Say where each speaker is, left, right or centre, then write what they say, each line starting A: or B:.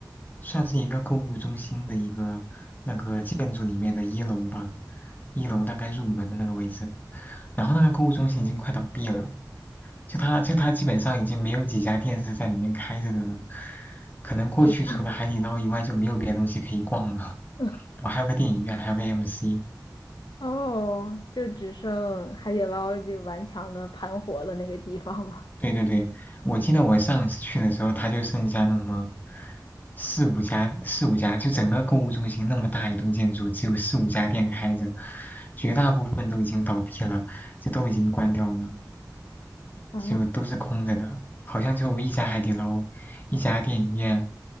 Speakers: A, on the left (about 25°); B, on the left (about 85°).
A: 算是一个购物中心的一个那个建筑里面的一楼吧，一楼大概入门的那个位置。然后那个购物中心已经快倒闭了，就它就它基本上已经没有几家店是在里面开着的了。可能过去除了海底捞以外就没有别的东西可以逛了。
B: 只剩 <laughs>
A: <laughs> 我还有个电影院，还有个 MC。
B: 哦，就只剩海底捞就顽强的盘活了那个地方嘛。
A: 对对对，我记得我上一次去的时候，它就剩下那么四五家，四五家，就整个购物中心那么大一栋建筑，只有四五家店开着，绝大部分都已经倒闭了，就都已经关掉了，
B: <laughs> 啊，
A: 就都是空着的，好像就一家海底捞，一家电影院，